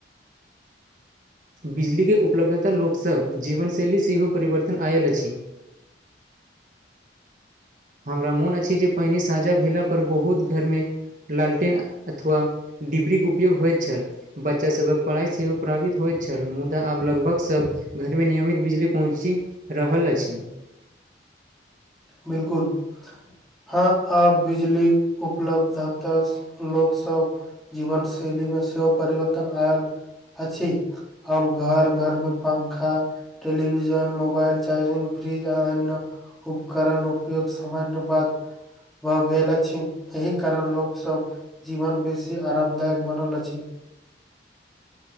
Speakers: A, on the right; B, in the centre.
A: बिजलीके उपलब्धता लोकसभ जीवनशैली सेहो परिवर्तन आयल अछि हमरा मोन अछि जे पानने सााँझा भेलापर बहुत घरमे लालटेन अथवा डिबरीके उपयोग होइत छल बच्चासभक पढ़ाइ सेहो प्रभावित होइत छल मुदा आब लगभग सभ घरमे नियमित बिजली पहुँची रहल अछि
B: बिलकुल हँ आब बिजली उपलब्धत लोक सब जीवन शैली मे सेहो परिवर्तन आयल अछि अब घर घर मे पंखा टेलिविजन मोबाल चार्जिंग फ्रिज आ अन करण उपयोग सामान्य बात भऽ गेल अछि एहि कारण लोक सब जीवन बेसी आरामदायक बनल अछि